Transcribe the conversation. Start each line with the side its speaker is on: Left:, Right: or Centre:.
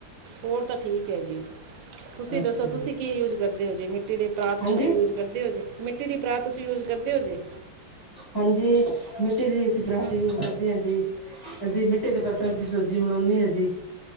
Right: ਹੋਰ ਤਾਂ ਠੀਕ ਹੈ ਜੀ। ਤੁਸੀਂ
Left: ਅੱਛਾ
Right: ਦੱਸੋ ਤੁਸੀਂ
Left: ਜੀ,
Right: ਕੀ ਯੂਜ ਕਰਦੇ ਹੋ ਜੇ ਮਿੱਟੀ ਦੇ ਪ੍ਰਰਾਤਤ
Left: ਹਾਂਜੀ
Right: ਯੂਜ ਕਰਦੇ ਹੋ ਜੇ ਮਿੱਟੀ ਦੀ ਪਰਾਤ ਤੁਸੀਂ ਯੂਜ ਕਰਦੇ ਹੋ ਜੀ?
Left: ਹਾਂਜੀ, ਮਿੱਟੀ ਦੀ ਅਸੀਂ ਬਰਾਤੀ
Right: ਹੂੰ
Left: ਯੂਜ ਕਰਦੇ ਹਾਂ ਜੀ। ਅਸੀਂ ਮਿੱਟੀ ਦੇ
Right: ਹੋਰ
Left: ਬਰਤਨ ਵਿੱਚ ਸਬਜ਼ੀ ਬਣਾਉਦੇ ਹਾਂ ਜੀ।